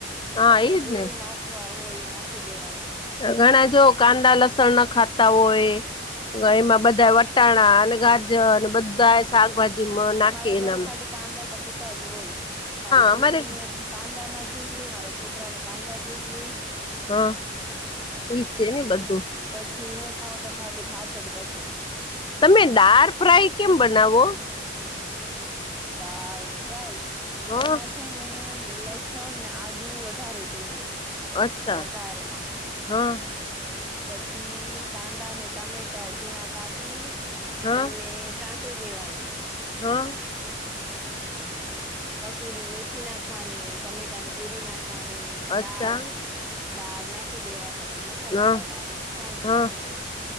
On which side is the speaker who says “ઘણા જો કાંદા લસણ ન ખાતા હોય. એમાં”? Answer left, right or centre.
Left